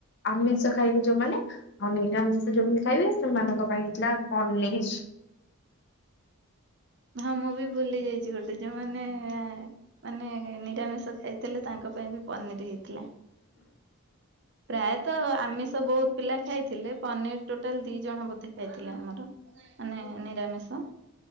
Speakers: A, on the left; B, on the right.
A: ଆମିଷ ଖାଇବେ ଯୋଉମାନେ ଆଉ ନୀରାମିଷ ଯୋଉମାନେ ଖାଇବେ ସେମାନଙ୍କ ପାଇଁ ହେଇଥିଲା ପନିର।
B: ହଁ ମୁଁ ବି ଭୁଲି ଯାଇଛି ଗୋଟେ ଯୋଉ ମାନେ। ମାନେ ନିରାମିଷ ଖାଇଥିଲେ ତାଙ୍କ ପାଇଁ ବି। ପନିର ହେଇଥିଲା ପ୍ରାୟତଃ ଆମିଷ ବହୁ ପିଲା ଖାଇଥିଲେ ପନିର ଟୋଟାଲ ଦି ଜଣ ବୋଧେ ଖାଇଥିଲେ ଆମର ମାନେ ନିରାମିଷ।